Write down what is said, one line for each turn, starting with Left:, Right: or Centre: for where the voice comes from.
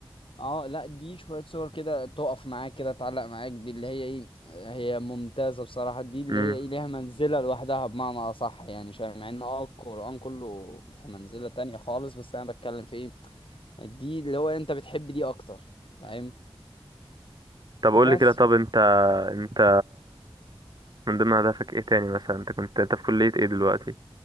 Left: اه لا دي شوية صور كده تقف معاك كده تعلق معاك دي اللي هي ايه هي ممتازة بصراحة دي اللي
Right: امم
Left: هي ايه ليها منزلة لوحدها بمعنى أصح يعني شوية مع ان اه القرآن كله في منزلة تانية خالص بس انا بتكلم في ايه دي اللي هو انت بتحب دي اكتر فاهم
Right: طب قول
Left: بس
Right: لي كده طب انت انت من ضمن اهدافك ايه تاني مثلا انت كنت انت في كلية ايه دلوقتي